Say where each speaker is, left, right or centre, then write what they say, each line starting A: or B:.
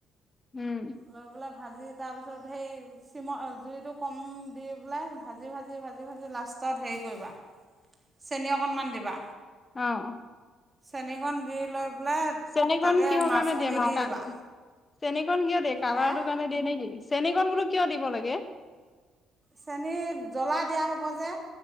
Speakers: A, on the left (about 30°); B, on the right (about 25°).
A: উম।
B: লৈ পেলাই ভাজি তাৰপিছত সেই চিমৰ- অ'- জুইটো কম দি পেলাই, ভাজি - ভাজি - ভাজি - ভাজি লাষ্ট তত হেৰি কৰিবা। চেনি অকণমান দিবা।
A: অ'।
B: চেনিকণ দি লৈ পেলাই
A: চেনিকণ
B: তাতে
A: কিহৰ
B: মাছখিনি
A: কাৰণে দিয়ে? মানে
B: দি
A: কা-
B: দিবা
A: চেনিকণ কিয় দে? কালাৰটো
B: হে
A: কাৰণে দিয়ে নেকি? চেনিকণ বোলো কিয় দিব লাগে?
B: চেনী, জ্বলা দিয়া হব যে।